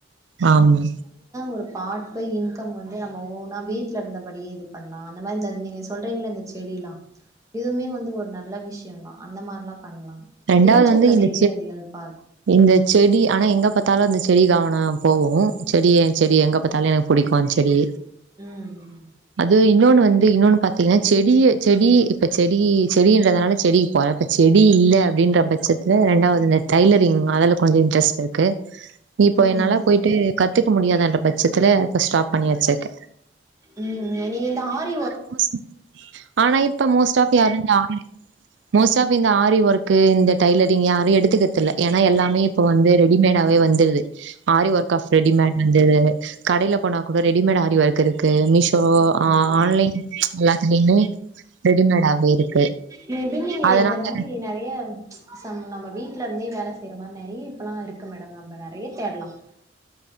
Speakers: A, on the right (about 80°); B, on the right (about 20°).
A: ஆமா
B: ஒரு பாட்பை இன்கம் வந்து நம்ம ஒன்னா வீட்டுல இருந்தபடியே இது பண்ணலா அந்த மாரி நீங்க சொல்றீங்கள இந்த செடில்லா இதுவுமே வந்து ஒரு நல்ல விஷயம் தா அந்த மாரிலா பண்லா
A: ரெண்டாவது
B: ஃபியூச்சர்ல
A: வந்து இந்த
B: மேபி அது ஹெல்ப்பா இருக்கு
A: இந்த செடி ஆனா எங்க பாத்தாலு அந்த செடி கவன போவு செடியன் செடி எங்க பாத்தாலு என்ன புடிக்கு செடி
B: உம்
A: அது இன்னொன்னு வந்து இன்னொன்னு பாத்தீங்கன்னா செடிய செடி இப்ப செடி செடிரனால செடிக்கு போற இப்ப செடி இல்ல அப்ப அப்டின்ற பட்சத்துல ரெண்டாவது இந்த டைலரிங் அதுல கொஞ்சோ இன்ட்ரெஸ்ட் இருக்கு இப்போ
B: ம் ம்
A: என்னால போயிட்டு கத்து முடியாத என்ற பட்சத்துல ஸ்டாப் பண்ணி வெச்சிருக்க
B: உம் நீங்க இந்த ஆரிவோர்க்
A: மோஸ் ஆனா இப்ப மோஸ்ட் ஆப் யார் இந்த ஆன்லைன் மோஸ்ட் ஆப் இந்த ஆரி ஒர்க் க்கு இந்த டைலரிங் யாரு எடுத்துக்கிறதுல ஏன்னா எல்லாமே இப்ப வந்து ரெடிமேடாவவே வந்துடுது ஆரி ஒர்க் ஆஃப் ரெடிமேட் வந்து கடையில போனா கூட ரெடிமேட் ஆரி ஒர்க் இருக்கு இப்போ
B: ம்
A: ஆன்லைன் எல்லாதுளையுமே ரெடிமேடாவே இருக்கு
B: மே பி நீங்க
A: அதனால
B: இந்த மாரி நெறைய சம் நம்ம வீட்டுல இருந்தே வேல செய்யற மாரி நெறையா இப்பெல்லா இருக்கு மேடம் நம்ம நெறையா தேடலா <inaudible>